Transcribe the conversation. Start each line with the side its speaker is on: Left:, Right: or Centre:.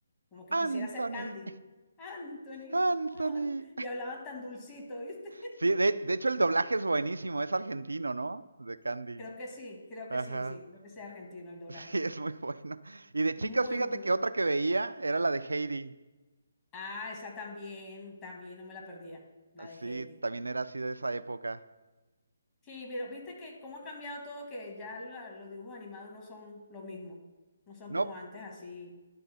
Left: como que
Right: Anthony,
Left: quisiera ser Candy. Anthony,
Right: Anthony.
Left: Juan. y hablaban tan dulcito, ¿viste?
Right: Sí, de, de hecho el doblaje es buenísimo, es argentino, ¿no? De Candy.
Left: <laughs> Creo que sí, creo
Right: Ajá.
Left: que sí, sí, creo
Right: <laughs>
Left: que sea argentino el doblaje.
Right: Sí, es muy bueno. Y de
Left: Muy,
Right: chicas, fíjate
Left: muy
Right: que
Left: bueno.
Right: otra que veía era la de Heidi.
Left: Ah, esa también, también no me la perdía, la de
Right: Sí,
Left: Heidi.
Right: también era así de esa época.
Left: Sí, pero viste que cómo ha cambiado todo, que ya la- los dibujos animados no son lo mismo, no son
Right: No,
Left: como antes así.